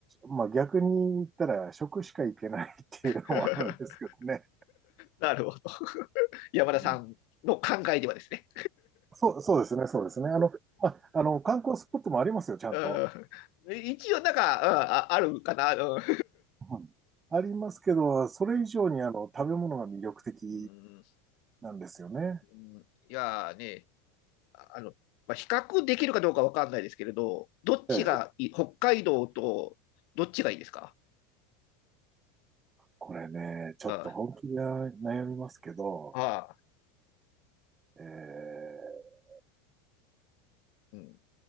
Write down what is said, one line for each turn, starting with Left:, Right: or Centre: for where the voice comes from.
Right: まあ逆に言ったら食しかいけないっていうのもあるんですけどね。
Left: <laughs> なるほど。山田さんの考えではですね。
Right: うん、そう、そうですね、そうですね。あの、まあ、あの、観光スポットもありますよ、ちゃんと。
Left: うん一応、なんか、うんあ、あるかな。うん
Right: はいありますけど、それ以上にあの食べ物が魅力的
Left: <laughs> うんうん
Right: なんですよね。
Left: うんいやね、あの、まあ、比較できるかどうかわかんないですけれど、どっちがいい、
Right: ええ、
Left: 北海道とどっちがいいですか
Right: これね、ちょっと本気で悩みますけど、
Left: うんああ、
Right: えー
Left: うん。